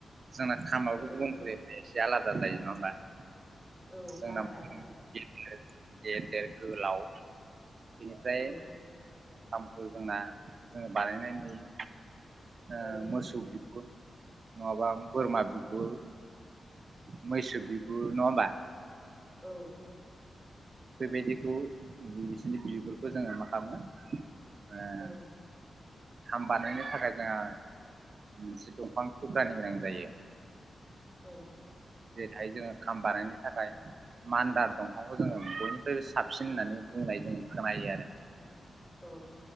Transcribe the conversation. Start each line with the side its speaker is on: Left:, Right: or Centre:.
Right: जोंना खामाबो
Left: ओं
Right: गुबुनफोरनि एसे आलादा जायो नङा होमबा। <inaudible>
Left: औ
Right: जोंना
Left: आलादा
Right: उम
Left: दा
Right: गे गेदेर गोलाव बेनिफ्राय
Left: औ
Right: खामखौ जोंना जोङो बानायनाय नुयो। ओ
Left: ओं
Right: मोसौ बि गुर नङाबा बोरमा बिगुर मैसो बिगुर नङा होमबा।
Left: औ।
Right: बेबायदिखौ बिसोरनि बिबफोरखौ जोङो मा खालामो ओ
Left: ओं।
Right: खाम बानायनो थाखाय जोङो मोनसे दंफां थुख्रानि गोनां जायो।
Left: औ।
Right: जेरैहाय जोङो खाम बानायनो थाखाय मान्दार दंफांखौ जोङो बयनिफ्रायबो साबसिन होननानै बुंनाय जोंङो खोनायो आरो।
Left: औ।